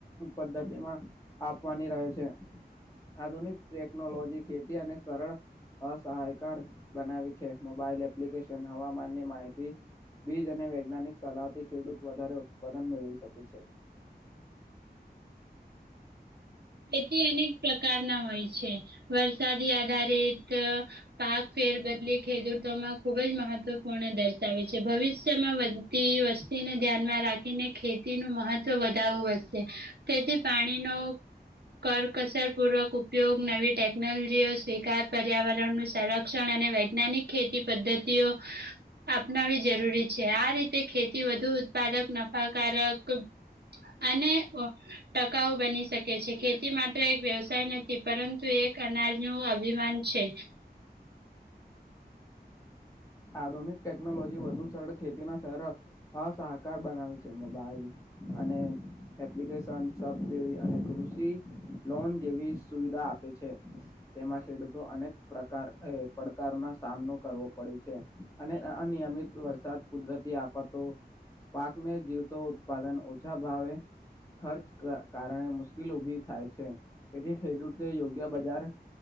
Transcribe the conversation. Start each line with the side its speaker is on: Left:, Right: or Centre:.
Left: પદ્ધતિમાં આપવાની રહે છે. આધુનિક ટેકનોલોજી ખેતી અને સરળ અસહાયકાર બનાવી છે મોબાઈલ એપ્લિકેશન હવામાનની માહિતી બીજ અને વૈજ્ઞાનિક સલાહથી ખેડૂત વધારે ઉત્પાદન મેળવી શકે છે.
Right: તેથી એને. પ્રકારના હોય છે વરસાદી આધારિત પાક ફેર બદલી ખેડૂતોમાં ખુબ જ મહત્વપૂર્ણ દર્શાવે છે ભવિષ્યમાં વધતી વસ્તુ તેને ધ્યાનમાં રાખીને ખેતી નુ મહત્વ વધારું વધશે તેથી પાણીનો કરકસર પૂર્વક ઉપયોગ નવી ટેકનોલોજીઓ સ્વીકાર પર્યાવરણ નુ સરક શિક્ષણ અને વૈજ્ઞાનિક ખેતી પદ્ધતિઓ. અપનાવી જરૂરી છે આ રીતે ખેતી વધુ ઉત્પાદક નફાકારક અને. ટકાઉ બની શકે છે ખેતી માત્ર એક વ્યવસાય નથી પરંતુ એક કરનાર નું અભિમાન છે.
Left: આધુનિક ટેકનોલોજી વધુ સરળ ખેતીના સરળ અ સહકાર બનાવી છે મોબાઈલ અને એપ્લિકેશન સબસીડી અને કૃષિ લોન જેવી સુવિધા આપે છે. તેમાં ખેડૂતો અનેક પ્રકાર એ પડકાર ના સામનો કરવો પડે છે. છે અને અનિયમિત વરસાદ કુદરતી આફતો પાકને જીવતો ઉત્પાદન ઓછા ભાવે. ખર્ચ ક કારણે મુશ્કેલ ઉભી થાય છે તેથી ખેડૂતે યોગ્ય બજાર